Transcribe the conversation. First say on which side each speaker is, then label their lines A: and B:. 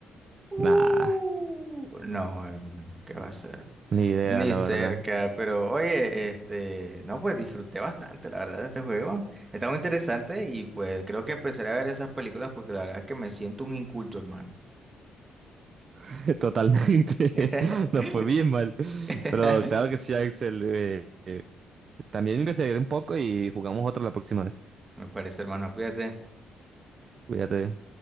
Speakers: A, on the right; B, on the right.
A: Uh,
B: Nah,
A: no, hermano, ¿qué va a ser?
B: ni idea,
A: Ni
B: la
A: cerca,
B: verdad.
A: pero oye, este, no, pues disfruté bastante, la verdad, de este juego. Está muy interesante y pues creo que empezaré a ver esas películas porque la verdad es que me siento un inculto, hermano.
B: <laughs> Totalmente.
A: <laughs>
B: <laughs> No fue bien mal.
A: <laughs>
B: Pero claro que sí, Axel. eh, eh, También investigaré un poco y jugamos otra la próxima vez.
A: Me parece, hermano, cuídate.
B: Cuídate.